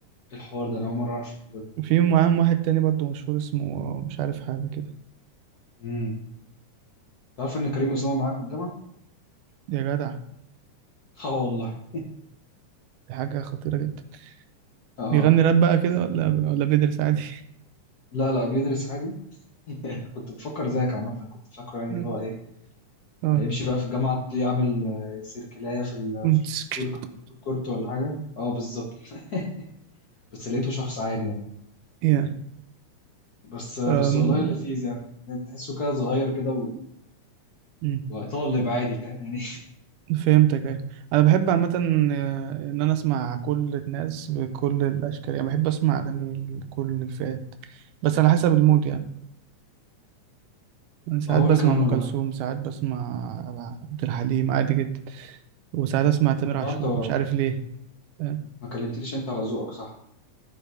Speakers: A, on the left (about 80°); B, on the right (about 85°).
A: الحوار ده انا اول مره اعرف
B: في معاهم واحد تاني برضه مشهور اسمه مش عارف حاجة كده
A: امم تعرف ان كريم اسامه معايا في الجامعه
B: يا جدع
A: اه والله
B: دي حاجة خطيرة جدا
A: اه
B: بيغني راب بقى كده
A: بس
B: ولا ولا بيدرس عادي
A: لا لا بيدرس عادي <laughs> كنت بفكر زيك عامه كنت فاكره يعني
B: <laughs>
A: اللي هو ايه
B: اه
A: هيمشي بقى في الجامعة تلاقيه عامل آه، سيركلاية في ال
B: كنت
A: في
B: سكت
A: الفود كورت الفود كورت ولا حاجة اه بالظبط <laughs> بس لقيته شخص عادي يعني
B: يا
A: بس آه،
B: أم،
A: بس والله لذيذ يعني تحسه كده صغير كده و-
B: مم.
A: وطالب عادي فاهم يعني
B: فهمتك ايوه انا بحب عامة آه، ان انا اسمع كل الناس بكل الاشكال يعني بحب اسمع اغاني لكل الفئات بس على حسب المود يعني
A: <laughs>
B: أنا ساعات
A: اه وانا
B: بسمع
A: كمان
B: ام
A: والله
B: كلثوم ساعات بسمع عبد الحليم عادي جدا وساعات اسمع تامر عاشور
A: اه انت
B: مش عارف ليه فاهم؟
A: ما كلمتليش انت على ذوقك صح